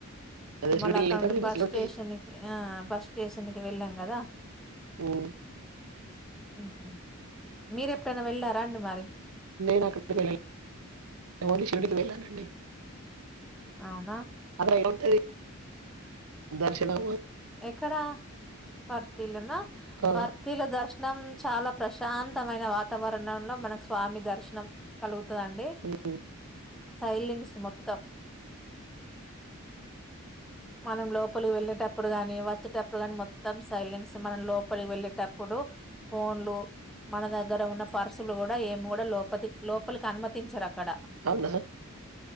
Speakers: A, on the right; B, in the centre.
A: అదే
B: ఇగ
A: షిరిడీలో
B: మళ్ళ అక్కడ
A: అయితే
B: నుండి
A: ఫ్రీ
B: బస్
A: బస్సులుంటాయి.
B: స్టేషన్ కి ఆ బస్ స్టేషన్ కి వెళ్ళం కదా
A: ఊమ్
B: ఉహూ మీరెప్పుడైనా వెళ్ళారా అండి మరి
A: నేను అక్కడికి వెళ్ళలేదు ఓన్లీ షిరిడీ కి వెళ్ళానండి
B: అవునా
A: అక్కడ ఏముంటది దర్శనమా
B: ఎక్కడ పర్తీలొనా
A: ఆ!
B: పర్తీలొ దర్శ నం చాలా ప్రశాంతమైన వాతావరణంలో మనకు స్వామి దర్శనం కలుగు తదండి
A: హ్మ్.
B: సైలెన్స్ మొత్తం మనం లోపలికి వెళ్ళేటప్పుడు గాని వచ్చేటప్పుడు గాని మొత్తం సైలెన్స్ మనం లోపలికి వెళ్ళేటప్పుడు ఫోన్లు మన దగ్గర ఉన్న పర్సులు కూడా ఏమ్ గూడా లోపతిక్ లోపలికి అనుమతించరు అక్కడ
A: అవునా